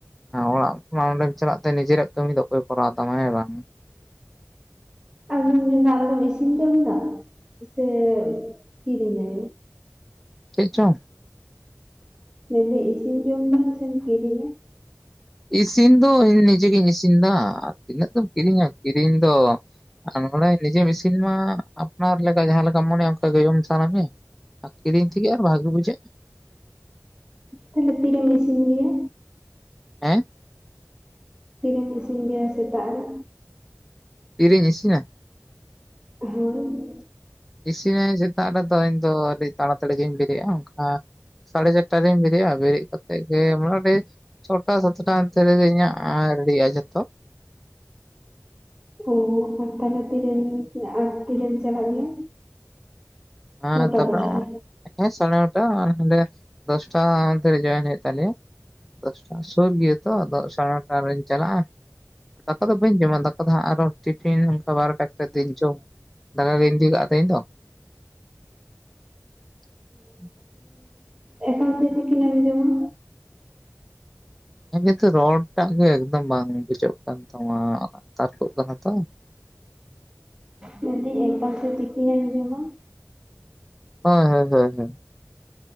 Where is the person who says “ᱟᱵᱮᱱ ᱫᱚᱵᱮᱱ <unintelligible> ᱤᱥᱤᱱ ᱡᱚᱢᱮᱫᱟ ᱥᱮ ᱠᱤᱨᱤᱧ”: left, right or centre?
Right